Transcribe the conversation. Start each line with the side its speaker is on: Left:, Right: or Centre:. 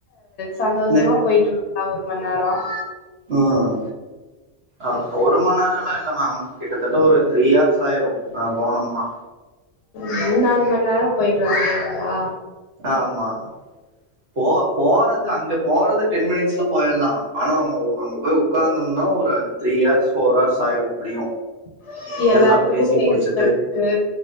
Left: சந்தோஷமா
Right: நெ
Left: போயிட்டு ஒரு மணி நேரம்
Right: ஆஹ் அஹ ஒரு மணி நேரம் எல்லாம் இல்ல மேம் கிட்டத்தட்ட ஒரு த்ரீ ஹர்ஸ் ஆயிரும்ஹ போனோம்னா
Left: மூணு நாலு மணி நேரம் போயிட்டு வந்துீங்களா
Right: ஆமா போ போறது அங்க போறது டென் மினிட்ஸ்ல போயலாம் ஆனா அவங்க அங்க போய் உட்கார்ந்தம்னா ஒரு த்ரீ ஹர்ஸ் ஃபோர் ஹர்ஸ் ஆயிரூ எப்படியும்
Left: ஹ எல்லாத்துக்கும்
Right: எல்லாம் பேசி
Left: பேசுறதுக்கு
Right: முடிச்சுட்டு,